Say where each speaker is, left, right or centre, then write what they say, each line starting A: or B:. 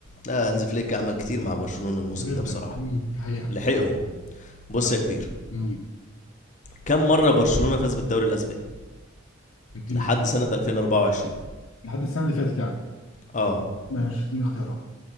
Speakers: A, on the left; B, on the left.
A: لا هانز فليك عمل كتير مع برشلونة الموسم
B: جدا
A: ده بصراحة
B: مم، دي حقيقة
A: لحقهم بص
B: لا
A: يا كبير
B: مم.
A: كم مرة برشلونة فاز بالدوري الأسباني
B: اديني
A: لحد
B: اختيار
A: سنة 2024
B: لحد السنة اللي فاتت يعني
A: اه
B: ماشي اديني اختيارات